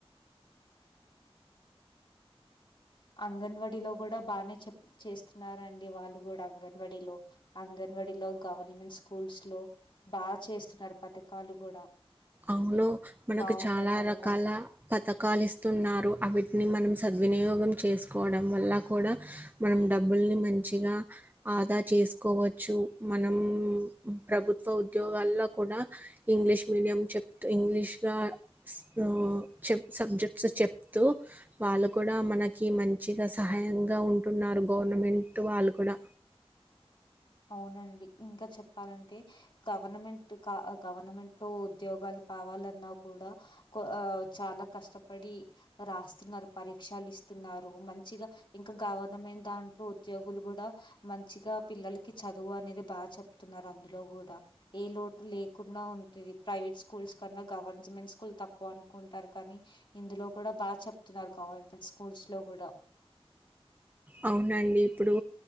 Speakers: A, on the left; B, on the right.
A: అంగన్వాడీలో కూడా బానే చెప్ చేస్తున్నారుండి వాళ్ళు కూడా అంగన్వాడి లో అంగన్వాడీలో గవర్నమెంట్ స్కూల్స్ లో బాగా చేస్తున్నారు పథకాలు కూడా
B: అవులో మనకు
A: బాగున్నాయి
B: చాలా
A: పథకాలు
B: రకాల పథకాలు ఇస్తున్నారు అవిటిని మనం సద్వినియోగ గం చేసుకోవడం వల్ల కూడా మనం డబ్బుల్ని మంచిగా ఆదా చేసుకోవచ్చు మనం ప్రభుత్వ ఉద్యోగాల్లో కూడా ఇంగ్లీష్ మీడియం చెప్తూ ఇంగ్లీష్గా ఒ చెప్ సబ్జెక్ట్స్ చెప్తూ వాళ్ళు కూడా మనకి మంచిగా సహాయంగా ఉంటున్నారు గవర్నమెంట్ వాళ్ళు కూడా
A: అవునండి ఇంకా చెప్పాలంటే గవర్నమెంట్ కా గవర్నమెంట్ లో ఉద్యోగాలు కావాలన్నా కూడా కు చాలా కష్టపడి రాస్తున్నారు పరీక్షలు ఇస్త తున్నారు మంచిగా ఇంకా గవర్నమెంట్ దాంట్లో ఉద్యోగులు కూడా మంచిగా పిల్లలు కి చదువు అనేది బాగా చెప్తున్నారు అందులో కూడా ఏ లోటు లేకుండా ఉంటుంది ప్రైవేట్ స్కూల్స్ కన్నా గవర్నమెంట్ స్కూల్ తక్కువ అనుకుంటారు కానీ ఇందులో కూడా బాగా చెప్తున్నారు గవర్నమెంట్ స్కూల్స్ లో కూడా
B: అవునండి ఇప్పుడు